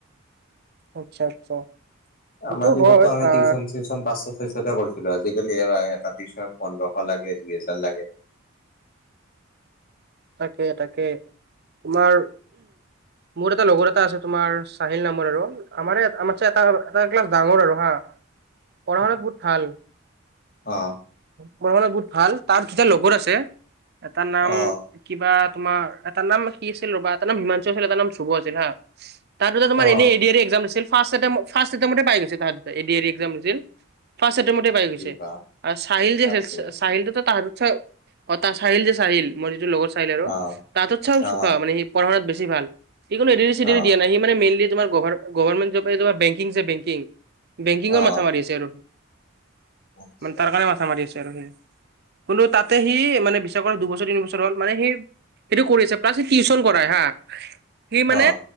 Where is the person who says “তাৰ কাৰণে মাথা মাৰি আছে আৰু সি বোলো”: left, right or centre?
Right